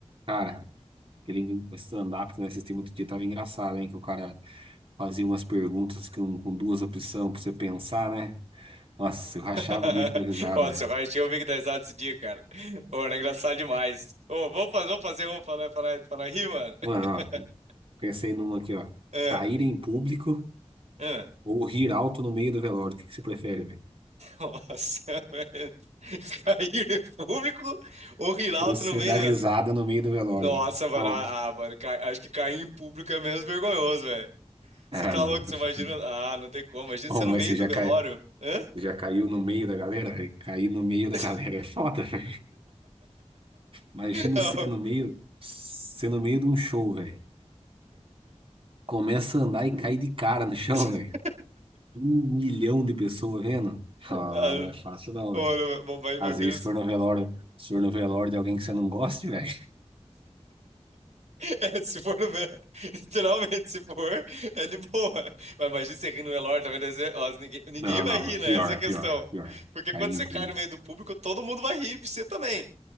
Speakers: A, on the right; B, on the right.
A: Cara, aquele stand-up que eu assisti muito dia tava engraçado, hein? Que o cara fazia umas perguntas com, com duas opções pra você pensar, né? Nossa, eu rachava
B: <laughs>
A: o bico da risada,
B: Ó,
A: velho.
B: seu raio, tinha um amigo da risada esse dia, cara. Ô, era engraçado demais. Ô, vamos fazer, vamos fazer um pra, nós- pra, nós- pra nós rir, mano. <laughs>
A: Mano, ó, pensei numa aqui, ó.
B: Ah,
A: Cair em público
B: ah.
A: ou rir alto no meio do velório? O que que você prefere, velho?
B: Nossa, <laughs> velho. Cair em público ou rir alto
A: Ou você
B: no meio
A: dar risada
B: do...
A: no meio do velório,
B: Nossa,
A: velho?
B: mano.
A: Alto.
B: Ah, ah, mano, ca- acho que cair em público é menos vergonhoso, velho.
A: Ah,
B: Você tá
A: não.
B: louco? Você
A: <laughs>
B: imagina. Ah, não tem como. Imagina
A: Oh,
B: você no
A: mas
B: meio
A: você
B: do
A: já,
B: velório.
A: cai...
B: Hã?
A: já caiu no meio da galera, velho? Cair no meio da
B: <laughs>
A: galera é foda, velho. Imagina
B: Não.
A: você no meio, você no meio de um show, velho. Começa a andar e cai de cara no chão,
B: <laughs>
A: <laughs> velho. Um milhão de pessoas vendo. Ah,
B: Ah,
A: não é fácil não,
B: Mano,
A: velho.
B: mas,
A: Às
B: mas vira.
A: vezes, se for no velório, se for no velório de alguém que você não goste, <laughs> velho.
B: É, se for no meu. Literalmente, se for, é de boa. Mas imagina você rir no velório também. deve ser- ó, ninguém, ninguém
A: Não,
B: vai
A: não,
B: rir,
A: é pior,
B: né? Essa é a
A: é
B: questão.
A: pior, é pior.
B: Porque
A: Cair
B: quando você
A: em público.
B: cai no meio do público, todo mundo vai rir, você também.